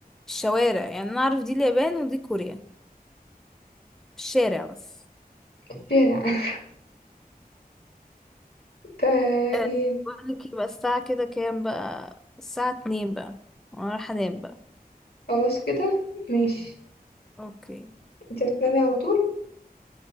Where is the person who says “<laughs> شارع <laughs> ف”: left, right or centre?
Left